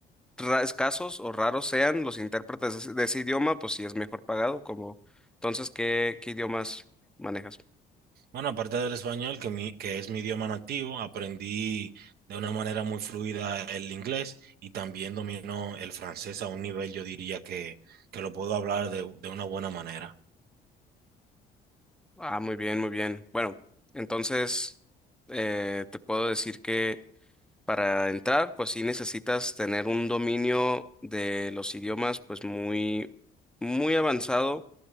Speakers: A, in the centre; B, on the right.
A: ra- escasos o raros sean los intérpretes de ese, de ese idioma, pues sí es mejor pagado, como, entonces, ¿qué, qué idiomas manejas?
B: Bueno, aparte del español, que, mi- que es mi idioma nativo, aprendí de una manera muy fluida el inglés y también domino el francés a un nivel, yo diría que, que lo puedo hablar de, de una buena manera.
A: Ah, muy bien, muy bien. Bueno, entonces eh, te puedo decir que para entrar, pues sí necesitas tener un dominio de los idiomas, pues muy, muy avanzado,